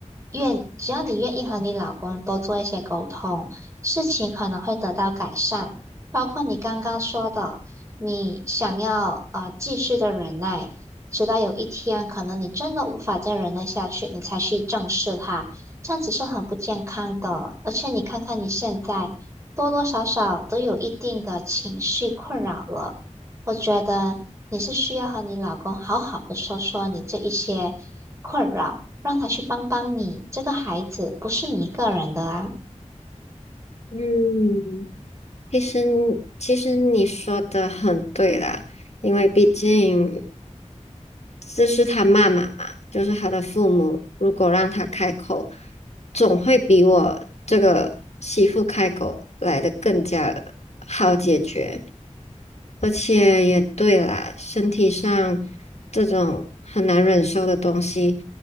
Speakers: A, on the right; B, on the left.
A: 愿，只要你愿意和你老公多做一些沟通，事情可能会得到改善。包括你刚刚说的，你想要呃继续的忍耐，直到有一天可能你真的无法再忍耐下去，你才去正视它，这样子是很不健康的。而且你看看你现在多多少少都有一定的情绪困扰了。我觉得你是需要和你老公好好的说说你这一些困扰，让他去帮帮你。这个孩子不是你一个人的啊。
B: 嗯，其实其实你说的很对啦，因为毕竟这是他妈妈嘛，就是他的父母，如果让他开口，总会比我这个媳妇开口来的更加好解决，而且也对啦，身体上这种很难忍受的东西，